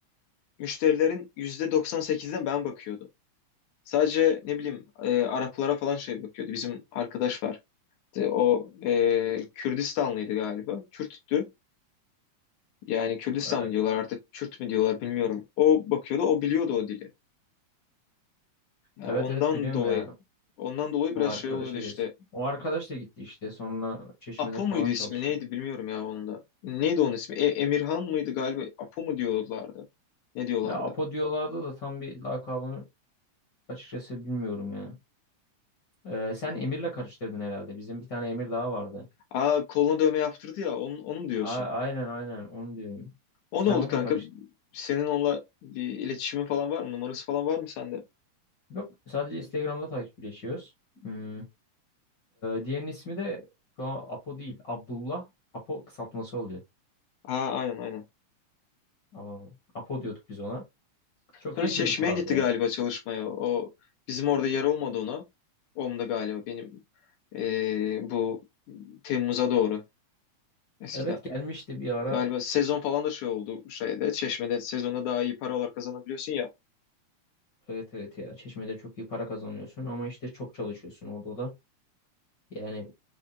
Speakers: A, on the left; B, on the left.
A: müşterilerin %98'ine ben bakıyordum. Sadece ne bileyim e, Araplara falan şey bakıyordu. Bizim arkadaş var. İşte O e, Kürdistanlıydı galiba. Kürttü. Yani Kürdistan
B: Ee,
A: mı diyorlar artık Kürt mü diyorlar bilmiyorum. O bakıyordu o biliyordu o dili. Ya
B: Evet
A: ondan
B: evet biliyorum
A: dolayı
B: ya.
A: ondan dolayı
B: O
A: biraz
B: arkadaşa
A: şey oluyordu işte.
B: diyorsun. O arkadaş da gitti işte. Sonra Çeşme'de
A: Apo
B: falan
A: muydu ismi
B: çalıştı.
A: neydi bilmiyorum ya onun da. Neydi onun ismi? E- Emirhan mıydı galiba? Apo mu diyorlardı? Ne diyorlardı?
B: Ya Apo diyorlardı da tam bir lakabını açıkçası bilmiyorum ya. Ee, sen
A: Hı.
B: Emir'le karıştırdın herhalde. Bizim bir tane Emir daha vardı.
A: Aa koluna dövme yaptırdı ya onu, onu mu diyorsun?
B: A aynen aynen onu diyorum.
A: O
B: Sen
A: ne oldu
B: onunla
A: kanka?
B: karıştırdın.
A: Senin onunla bir iletişimin falan var mı? Numarası falan var mı sende?
B: Yok sadece Instagram'da takipleşiyoruz. Hmm. Ee, diğerinin ismi de şu an Apo değil. Abdullah. Apo kısaltması oluyor.
A: Ha aynen aynen.
B: Aa, Apo diyorduk biz ona. Çok
A: Sonra
B: iyi
A: Çeşme'ye
B: çocuklardı
A: gitti
B: ya.
A: galiba çalışmaya. O bizim orada yer olmadı ona. Om'da galiba benim eee, bu Temmuz'a doğru eskiden.
B: Evet gelmişti bir ara
A: Galiba sezon falan da şey oldu şeyde Çeşme'de sezonda daha iyi paralar kazanabiliyorsun ya.
B: Evet evet ya Çeşme'de çok iyi para kazanıyorsun ama işte çok çalışıyorsun orada da. Yani,